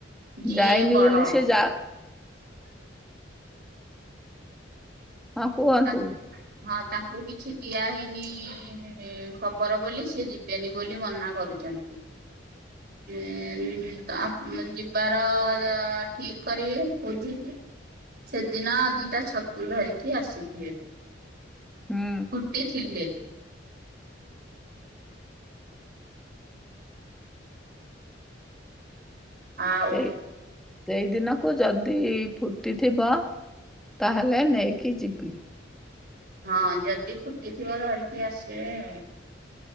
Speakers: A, on the right; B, in the centre.
A: ଯିଏ
B: ଯାଇନି
A: ବଡ
B: ବୋଲି ସେ ଯା ହଁ କୁହନ୍ତୁ?
A: ତା ହଁ ତାଙ୍କୁ କିଛି ଦିଆ ହେଇନି ଉମ ଖବର ବୋଲି ସିଏ ଯିବେନି ବୋଲି ମନା କରୁଛନ୍ତି ଉମ ତ ଯିବାର ଠିକ କରିବେ ବୁଝିକି। ସେଦିନ ଦିଟା ଛତୁ ଧରିକି ଆସିଥିବେ
B: ହୁଁ
A: ଫୁଟିଥିଲେ। ଆଉ
B: ସେଇ ସେଇଦିନକୁ ଯଦି ଫୁଟିଥିବ ତାହେଲେ ନେଇକି ଯିବି।
A: ହଁ ଯଦି ଫୁଟିଥିବ ଧରିକି ଆସିବେ ଆଉ।